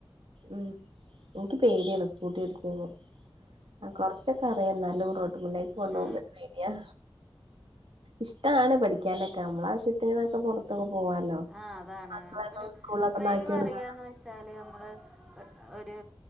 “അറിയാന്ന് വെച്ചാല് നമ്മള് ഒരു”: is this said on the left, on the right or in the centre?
Centre